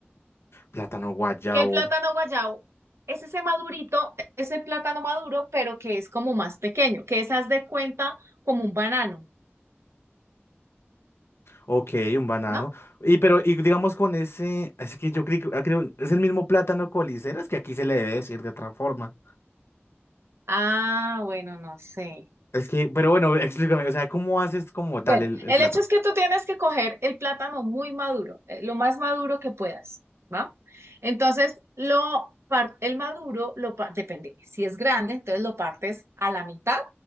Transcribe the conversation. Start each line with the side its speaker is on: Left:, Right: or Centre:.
Left: Plátano guayabo.
Right: que el plátano guayabo es ese madurito, ese plátano maduro, pero que es como más pequeño, que es, haz de cuenta, como un banano,
Left: Ok, un banano.
Right: ¿no?
Left: Y pero, y digamos con ese, es que yo creo, que- ah, creo- es el mismo plátano coliseras que aquí se le debe decir de otra forma.
Right: Ah, bueno, no sé.
Left: Es que, pero bueno, <laughs> explícame, o sea, ¿cómo haces como tal
Right: Bueno,
Left: el, el
Right: el
Left: plato?
Right: hecho es que tú tienes que coger el plátano muy maduro, eh, lo más maduro que puedas, ¿va? Entonces, lo par- el maduro, lo par- depende, si es grande, entonces lo partes a la mitad